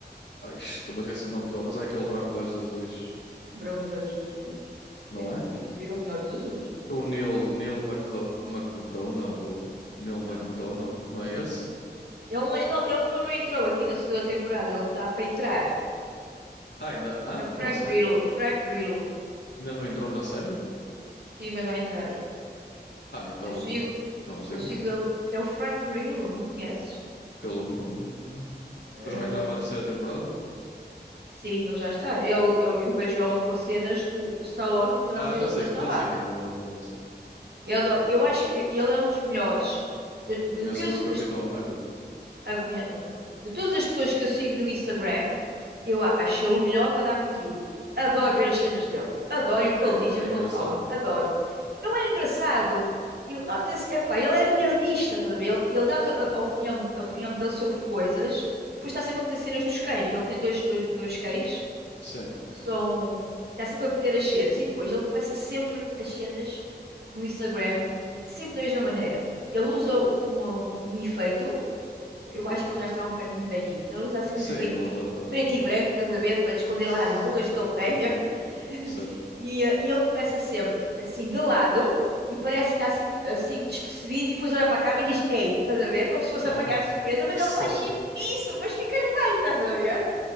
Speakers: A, on the left; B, on the right.
A: Ai, estou a esquecer o nome dele, mas é aquele
B: O
A: branco de olhos azuis,
B: Branco de Olhos Azuis.
A: não
B: É,
A: é?
B: eu não sabia que ele tinha olhos azuis.
A: É o Neil, Neil McDo McDonough, ou Neil
B: Não,
A: McDonough,
B: não.
A: não é esse?
B: Ele, não- ele, não- ele não entrou aqui na segunda temporada. Ele está para entrar.
A: Ah, ainda... ah,
B: É o
A: como
B: Frank
A: assim?
B: Grillo. Frank Grillo.
A: Ainda não entrou na série?
B: Sim, mas vai entrar.
A: Ah, então,
B: Eu sigo.
A: então não sei
B: Eu
A: quem
B: sigo
A: é.
B: ele. É o Frank Grillo, não conheces?
A: Pelo nome, não.
B: Eh,
A: Mas vai entrar para a terceira temporada?
B: Sim, ele já está. Ele, eu, eu vejo ele a pôr cenas com, com o Stallone, portanto
A: Ah,
B: ele
A: já sei,
B: ainda está
A: já
B: lá.
A: sei quem é o ator, já sei.
B: Eu, adoro-
A: Eu co-
B: eu acho que ele é um dos melhores. De, do
A: conheço
B: que eu,
A: o do
B: se-
A: Capitão
B: das,
A: América.
B: ah, conhe- ok. De todas as pessoas que eu sigo no Instagram, eu acho ele o melhor para dar conteúdo. Adoro
A: Hum.
B: ver as cenas dele. Adoro o que
A: Que
B: ele
A: é,
B: diz
A: en-
B: e
A: é
B: o que
A: engraçado?
B: ele fala. Adoro. Não é engraçado? Ele nota-se, epá, ele é realista, estás a ver? Ele, ele dá a, a opinião, a opinião dele sobre coisas e depois está sempre a meter cenas dos cães. Ele tem dois, dois, dois cães
A: Sim.
B: que são. Está sempre a meter as cenas. E depois ele começa sempre as cenas no Instagram, sempre da mesma maneira. Ele usa uma, um efeito, porque
A: Uhum.
B: eu acho que ele já está um bocadinho velhinho, então ele usa assim
A: Sim,
B: um efeito
A: ele
B: tipo
A: já está.
B: preto e branco, estás a ver, para esconder
A: S-
B: lá as rugas que ele tenha.
A: Uhum.
B: <laughs>
A: Certo.
B: E, eh, e ele começa sempre assim de lado. E parece que está assim, assim despercebido, e depois olha para a câmera e diz: Ei, estás a ver? Como se fosse
A: Aham.
B: apanhado de surpresa, mas
A: Certo.
B: ele faz sempre isso, mas ficas bem, estás a ver?